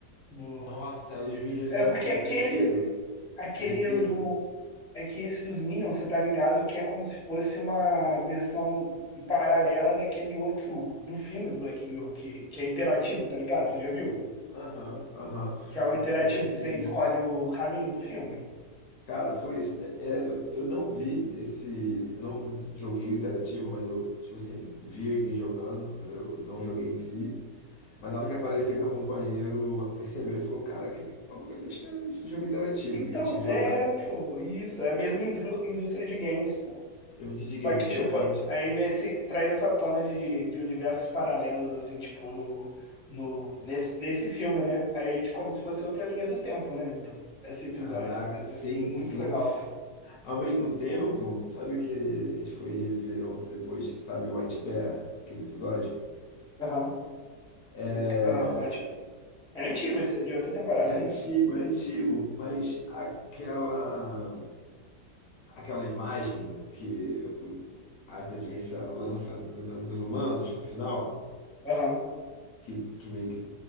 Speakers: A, in the centre; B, on the left (about 70°).
A: Do...
B: Nossa, o dos Minions
A: É
B: é,
A: porque aquele,
B: é brinquedo,
A: aquele
B: brinquedo.
A: do. É que esse dos Minions, você tá ligado que é como se fosse uma versão paralela daquele outro do filme do Black Mirror, que, que é interativo, tá ligado? Você já viu?
B: Aham, aham,
A: que é o
B: eu,
A: interativo
B: eu percebi.
A: que você escolhe o caminho do filme.
B: Cara, foi. isso, né? É, eu, eu não vi esse. Eu não joguei o interativo, mas eu, tipo assim, vi alguém jogando, mas eu não joguei em si. Mas na hora que apareceu, meu companheiro percebeu e falou: Cara, aquele maluco ali, acho que é do jogo interativo
A: Então,
B: que ele tinha jogado.
A: é, pô, isso, é a mesma indru- indústria de games, pô.
B: mesmo de
A: Só
B: Game,
A: que,
B: exatamente.
A: tipo, aí nesse, traz essa tona de, de universos paralelos, assim, tipo, no, no, nesse, nesse filme, né? Aí, tipo, como se fosse outra linha do tempo, né? Do, esse episódio,
B: Caraca,
A: mas
B: sim,
A: é muito
B: sim.
A: legal, né?
B: Ao mesmo tempo, sabe que a gente foi rever ontem depois, sabe, o White Bear, aquele episódio?
A: Aham,
B: É,
A: o- aham, ótimo. É antigo esse, de outra temporada,
B: é antigo,
A: né?
B: é antigo, mas aquela. aquela imagem que o- a inteligência lança no- nos humanos no final,
A: Aham,
B: que, que meio que